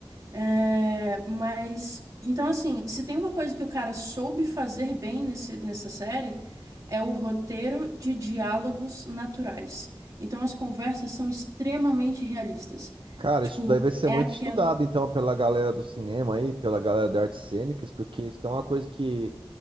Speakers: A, on the right (about 35°); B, on the right (about 65°).
A: É, mas, então, assim, se tem uma coisa que o cara soube fazer bem nesse, nessa série, é o roteiro de diálogos naturais. Então, as conversas são extremamente realistas.
B: Cara,
A: Tipo,
B: isso daí vai ser
A: é
B: muito
A: aquela.
B: estudado, então, pela galera do cinema aí, pela galera de artes cênicas, porque isso é uma coisa que